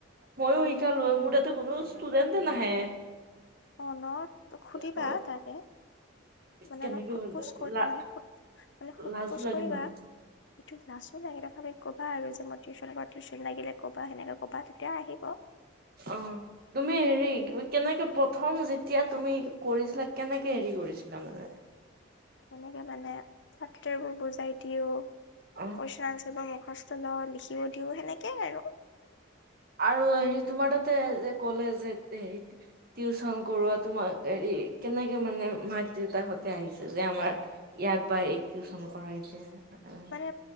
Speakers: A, on the right (about 50°); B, on the left (about 60°).
A: ময়ো
B: উম
A: শিকা ল মোৰ তাতো কোনো ষ্টুডেণ্টে নাহে।
B: অ, ন' সুধিবা
A: অ
B: তাকে। মানে
A: কেনেকে
B: অলপ সোধ পোছ কৰি
A: লা
B: মানে সোধ পো মানে সোধ
A: লাজো
B: পোছ
A: লাগে
B: কৰিবা।
A: নহয়
B: এইটো লাচো লাগে তথাপি কবা আৰু যে মই টিউশ্যন ঘৰত টিউশ্যন লাগিলে কবা‌ সেনেকে কবা তেতিয়া আহিব।
A: অঁ, তুমি হেৰি কেনেকে
B: উম
A: প্ৰথম যেতিয়া তুমি কৰিছিলা কেনেকে হেৰি কৰিছিলা মানে?
B: কেনেকে মানে ছাত্ৰীবোৰ বুজাই দিও।
A: অঁ
B: পইচা আছে ন, মুখস্থ লঁও লিখিও দিওঁ সেনেকে আৰু।
A: আৰু হেৰি তোমাৰ তাতে যে ক'লে যে হেৰি টিউশ্যন কৰোৱা তোমাক হেৰি কেনেকে মানে মাক দেউতাক সতে আহিছে যে আমাৰ এইয়াক এইবাৰ এইক টিউশ্যন কৰাই দিয়া।
B: মানে মোৰ